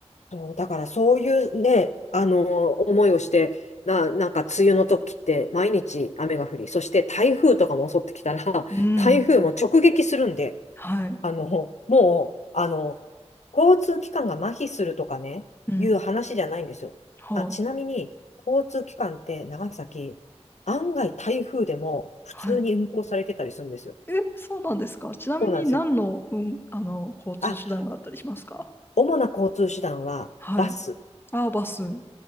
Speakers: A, on the left; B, on the left.
A: そう、だからそういうね、あの、思いをして、な、なんか梅雨の時って毎日雨が降り、そして台風とかも襲ってきたら、<laughs>
B: うん、
A: 台風も直撃するんで、
B: はい。
A: あの、もう、あの、交通機関が麻痺するとかね、
B: うん、
A: いう話じゃないんですよ。
B: は
A: あ、ちなみに、交通機関って長崎、案外台風でも普通に運行されてたりするんですよ。
B: あ、はい。え、そうなんですか。ちなみに何の、
A: そうなんですよ。
B: うん、あの、交通手段があったりしますか
A: あ、主な交通手段はバス。
B: はい。ああ、バス。